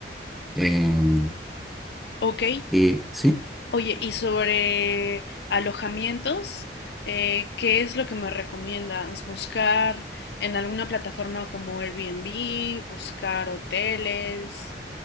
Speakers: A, in the centre; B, on the left.
A: Eh,
B: Ok,
A: y sí.
B: oye, y sobre alojamientos, eh, ¿qué es lo que me recomiendas? ¿Buscar en alguna plataforma como Airbnb, buscar hoteles,